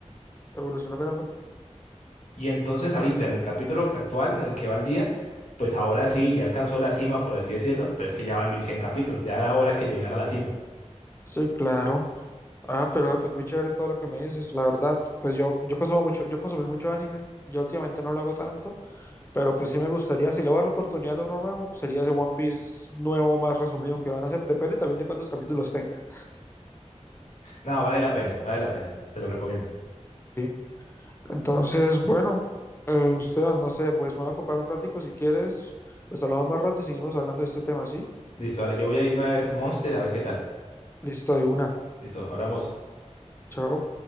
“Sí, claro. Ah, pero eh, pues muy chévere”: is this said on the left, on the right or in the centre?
Left